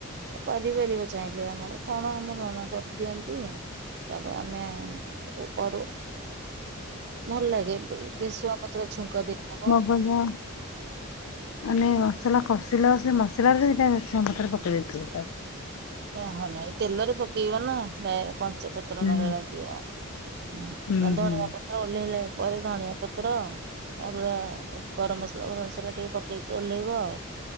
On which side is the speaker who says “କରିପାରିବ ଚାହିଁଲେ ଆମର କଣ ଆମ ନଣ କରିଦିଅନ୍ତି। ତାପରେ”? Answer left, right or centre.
Right